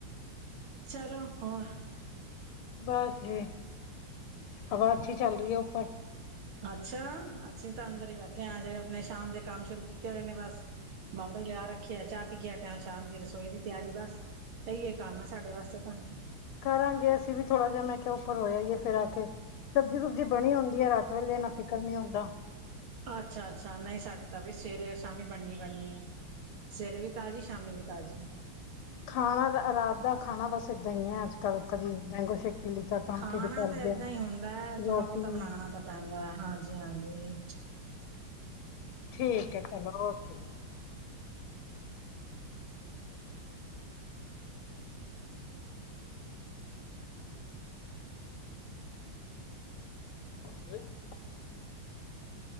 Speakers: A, on the right; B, on the left.
A: ਚਲੋ ਹੋਰ
B: ਬਸ ਜੀ ਹਵਾ ਅੱਛੀ ਚੱਲ ਰੀ ਏ ਉੱਪਰ
A: ਅੱਛਾ ਅਸੀਂ ਤਾਂ ਅੰਦਰ ਈ ਬੈਠੇ ਹਜੇ ਆਪਣੇ ਸ਼ਾਮ ਦੇ ਕੰਮ ਸ਼ੁਰੂ ਕੀਤੇ ਹੋਏ ਨੇ ਬਸ ਬਾਬਾ ਨੇ ਲਗਾ ਰੱਖਿਆ ਚਾਹ ਪੀ ਅਟਾ ਸ਼ਾਮ ਦੀ ਰਸੋਈ ਦੀ ਤਿਆਰੀ ਬਸ। ਐਇਓ ਕੰਮ ਐ ਸਾਡੇ ਵਾਸਤੇ ਤਾਂ।
B: ਕਰਾਂਗੇ ਅਸੀਂ ਵੀ ਥੋੜ੍ਹਾ ਜੇਹਾ ਮੈਂ ਕੇਆ ਉੱਪਰ ਹੋ ਆਈਏ ਫਿਰ ਆ ਕੇ। ਸਬਜ਼ੀ-ਸੁਬਜੀੀ ਬਣੀ ਹੁੰਦੀ ਐ ਰਾਤ ਵੇਲੇ ਏਨਾ ਫਿਕਰ ਨੀ ਹੁੰਦਾ।
A: ਅੱਛਾ-ਅੱਛਾ ਨਈ ਸਾਡੇ ਤਾਂ ਬਈ ਸਵੇਰੇ-ਸ਼ਾਮੀ ਬਣਨੀ-ਬਣਨੀ ਏ। ਸਵੇਰੇ ਵੀ ਤਾਜ਼ੀ ਸ਼ਾਮੀ ਵੀ ਤਾਜ਼ੀ।
B: ਖਾਣਾ ਰਾਤ ਦਾ ਖਾਣਾ ਬਸ ਏਦਾਂ ਈ ਐ ਅੱਜ-ਕੱਲ ਕਦੀ ਮੈਂਗੋ ਸ਼ੇਕ ਪੀ ਲਿੱਤਾ ਤਾਂ
A: ਖਾਣਾ
B: ਢਿੱਡ ਭਰ
A: ਤਾਂ
B: ਗਿਆ
A: ਏਦਾਂ ਈ ਹੁੰਦਾ ਥੋੜਾ-ਬੋਤਾ
B: ਰੋਟੀ ਨਹੀਂ
A: ਬਣਾਣਾ ਤਾਂ ਪੈਂਦਾ ਹਾਂਜੀ-ਹਾਂਜੀ।
B: ਠੀਕ ਏ ਚਲੋ ਓਕੇ ਜੀ। ਹੁੰ।